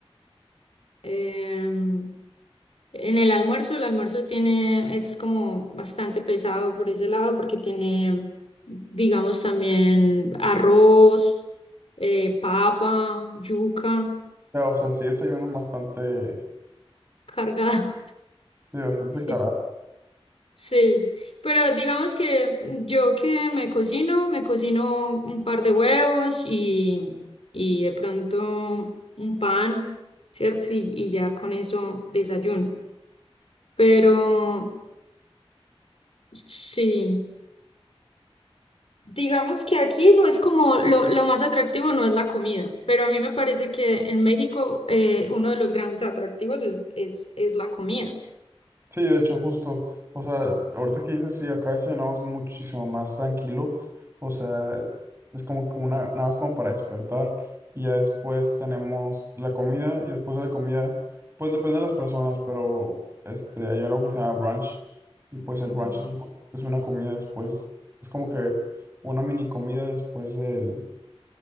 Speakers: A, on the left; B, on the right.
A: em, en el almuerzo, el almuerzo tiene, es como bastante pesado por ese lado porque tiene, digamos, también arroz, eh, papa, yuca.
B: Ya, o sea, sí desayuno bastante,
A: Cargado. <laughs>
B: sí, bastante cargado.
A: Sí, sí. Pero digamos que yo que me cocino, me cocino un par de huevos y, y de pronto un pan, ¿cierto? Y, y ya con eso desayuno. Pero sí, digamos que aquí no es como lo, lo más atractivo, no es la comida, pero a mí me parece que en México eh, uno de los grandes atractivos es, es, es la comida,
B: Sí, de hecho, justo, o sea, ahorita que dices, sí, acá cenamos muchísimo más tranquilo, o sea, es como que una, nada más como para despertar, y ya después tenemos la comida, y después de la comida, pues depende de las personas, pero este, hay algo que se llama brunch, y pues el
A: Mm.
B: brunch es un, po- es una comida después, es como que una mini comida después del,